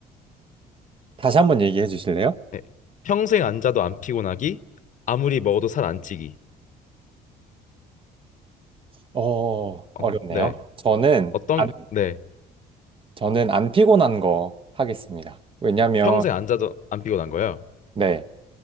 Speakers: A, on the right; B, on the left.
A: 다시 한 번 얘기해 주실래요?
B: 네. 평생 앉아도 안 피곤하기, 아무리 먹어도 살 안 찌기.
A: 어,
B: 어,
A: 어렵네요.
B: 네.
A: 저는
B: 어떤
A: 안,
B: 네.
A: 저는 안 피곤한 거 하겠습니다. 왜냐면
B: 평생 앉아도 안 피곤한 거요?
A: 네.